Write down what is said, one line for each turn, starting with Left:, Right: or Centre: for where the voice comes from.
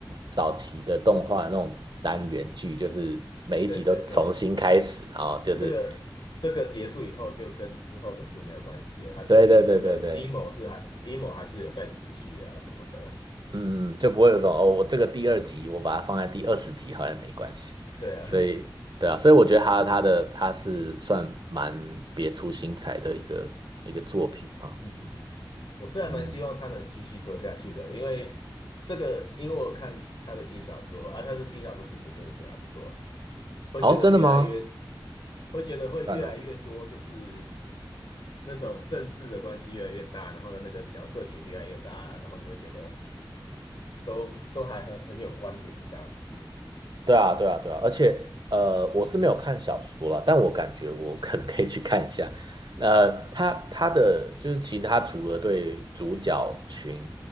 Right: 早期的动画那种单元剧，就是每一集都重新开始，
Left: 对对对。
Right: 然后就是，
Left: 这个这个结束以后，就跟之后的事没有关系了。他就是这个阴谋是还阴谋还是有在持续啊什么的。
Right: 对对对对对，嗯，嗯就不会有种哦，我这个第二集我把它放在第二十集好像也没关系，
Left: 对啊，
Right: 所以对啊，所以我觉得他它的它是算蛮别出心裁的一个一个作品嘛，
Left: 嗯嗯嗯，我是还蛮希望他能继续做下去的，
Right: 嗯，
Left: 因为这个，因为我看他的新小说啊，他的新小说其实真的写得还不错，会觉得越来越
Right: 哦，真的吗？
Left: 会觉得会越来越多，
Right: 算哦。
Left: 就是那种政治的关系越来越大，然后呢那个角色群越来越大，然后你会觉得都都还很很有关联这样子。
Right: 对啊，对啊，对啊，而且呃，我是没有看小说了，但我感觉我可能可以去看一下。呃，他他的就是其实他除了对主角群